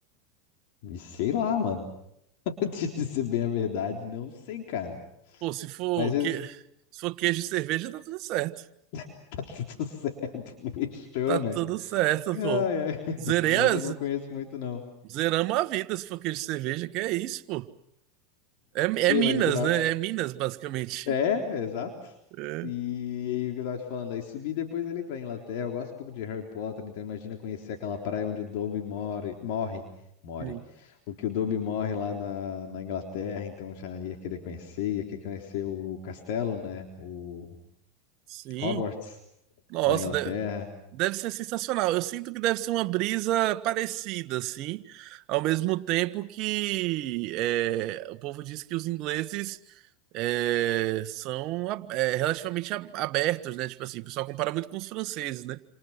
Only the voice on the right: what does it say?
Pô, se for,
que... se for queijo e cerveja, tá tudo certo.
Tá tudo
certo,
pô.
Zerei
as...
Zeramos a vida se for queijo e cerveja, que é isso, pô. É,
é Minas,
né? É Minas, basicamente.
É.
Hum.
Sim.
Nossa,
deve, deve ser sensacional. Eu sinto que deve ser uma brisa parecida, assim, ao mesmo tempo que é, o povo diz que os ingleses é, são a- é, relativamente a- abertos, né? Tipo assim, o pessoal compara muito com os franceses, né?